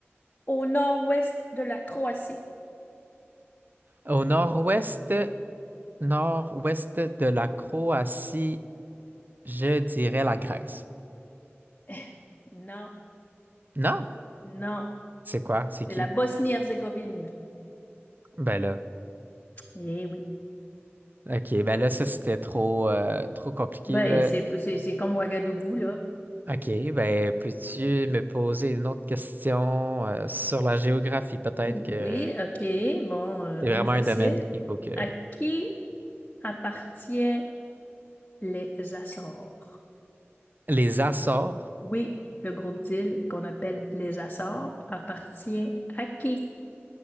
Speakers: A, on the left; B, on the right.
A: au nord-ouest de la Croatie?
B: Au nord-ouest, nord-ouest de la Croatie, je dirais la Grèce.
A: <laughs> Non,
B: Non?
A: non.
B: C'est quoi? C'est
A: C'est
B: qui?
A: la Bosnie-Herzégovine.
B: Ben là,
A: Eh oui.
B: ok, ben là, ça, c'était trop, euh, trop compliqué,
A: Ben,
B: là.
A: c'est c'est- c'est comme Ouagadougou, là.
B: Ok, ben, peux-tu me poser une autre question, euh, sur la géographie, peut-être
A: Oui,
B: que...
A: OK. Bon, euh,
B: C'est vraiment
A: une facile.
B: un domaine qu'il faut que.
A: À qui? appartient les Açores?
B: Les Açores,
A: Oui, le groupe d'îles qu'on appelle les Açores appartient à qui?